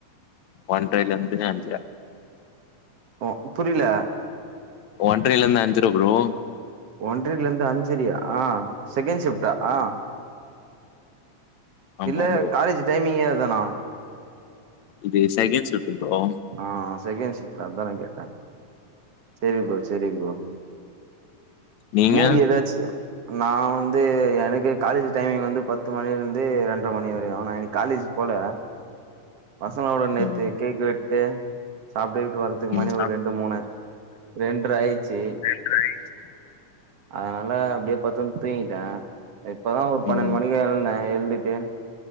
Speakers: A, on the left (about 70°); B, on the right (about 55°).
A: ஒன்றைல இருந்துத அஞ்சர
B: ஓ புரில
A: ஒன்றைல இருந்து அஞ்சர ப்ரோ
B: ஒன்றைல இருந்து அஞ்சரையா செகண்ட் ஷிஃப்ட் ஆ
A: ஆமா
B: இல்ல
A: ப்ரோ
B: காலேஜ் டைமிங்கே அதானா
A: இது செகண்ட் ஷிஃப்ட் ப்ரோ
B: ஆ செகண்ட் ஷிஃப்ட் அதான கேட்டா சேரி ப்ரோ சேரி ப்ரோ
A: நீங்க
B: மூவி ஏதாச்சு நா வந்து எனக்கு காலேஜ் டைமிங் வந்து பத்து மணில இருந்து ரெண்டரை மணி வரையும் நா இன்னைக்கு காலேஜ் போல பசங்கலோட நேத்து
A: ம்
B: கேக்கு வெட்டு சாப்ட்டு கிப்ட்டு வர நேத்து மணி
A: ம்
B: ஒரு ரெண்டு மூணு ரெண்ரை ஆய்ச்சி
A: ரெண்டர ஆயிருச்சு
B: அதனால அப்டியே படுத்துன் தூங்கிட்டே இப்பதா ஒரு பன்னெட்
A: ம்
B: மணிக்கு எழுந்த எழுந்துட்டு